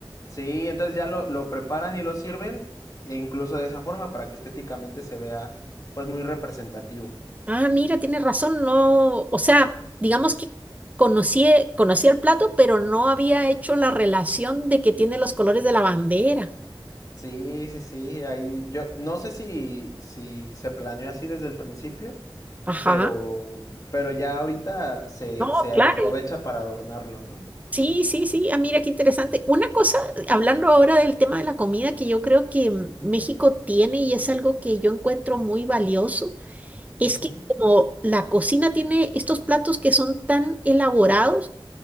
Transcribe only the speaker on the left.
Sí, entonces ya lo, lo preparan y lo sirven, e incluso de esa forma, para que estéticamente se vea pues muy representativo.
Sí, sí, sí, ahí yo no sé si, si se planeó así desde el principio
pero, pero ya ahorita se,
se
aprovecha para adornarlo, no
Ujú,